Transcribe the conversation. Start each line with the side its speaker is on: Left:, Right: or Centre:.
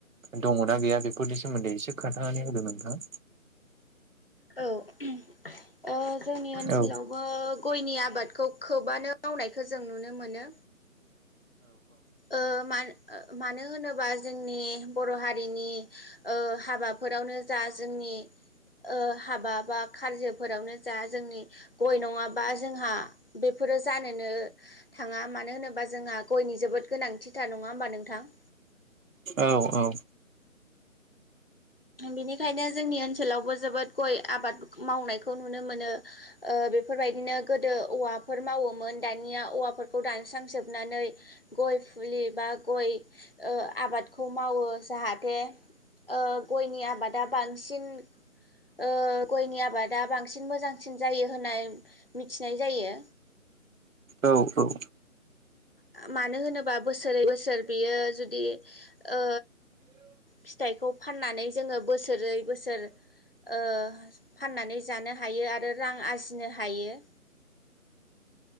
Right: दङना गैया बेफोरनि सोमोन्दै एसे खोन्थानानै होदो नोंथां
Left: औ जोंनि ओनसोलावबो
Right: औ
Left: गयनि आबादखौ खोबानो मावनायखौ जों नुनो मोनो ओ मानो होनोबा जोंनि बर' हारिनि हारिनि ओ हाबाफोरावनो जा जोंनि ओ हाबा बा खारजोफोरावनो जा जोंनि गय नङाबा जोंहा बेफोरो जानोनो थाङा मानो होनोबा जोंहा गयनि जोबोद गोनांथिथार नङा होमबा नोंथां
Right: औ- औ
Left: बेनिखायनो जोंनि ओनसोलावबो जोबोद गय आबाद मावनायखौ नुनो मोनो बेफोरबायदिनो गोदो औवाफोर मावोमोन दानिया औवाफोरखौ दानस्रांजोबनानै गय फुलि बा गय ओ आबादखौ मावो जाहाथे ओ गयनि आबाद आ बांसिन ओ गयनि आबादा बांसिन मोजांसिन जायो होननाय मिथिनाय जायो
Right: औ- औ
Left: मानो होनोबा बोसोरै बोसोर सोर बियो जुदि ओ फिथाइखौ फाननानै जोङो बोसोरै बोसोर ओ फाननानै जानो हायो आरो रां आरजिनो हायो